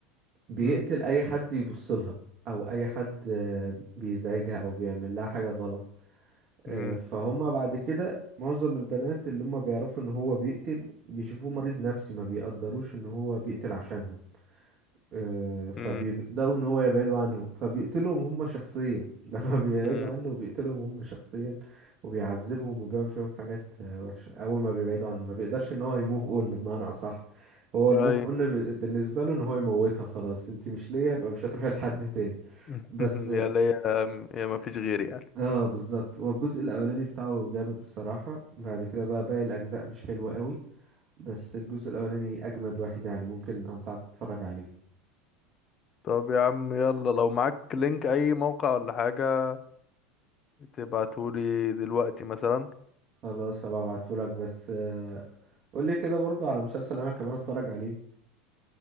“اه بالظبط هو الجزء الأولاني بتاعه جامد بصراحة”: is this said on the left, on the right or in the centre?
Right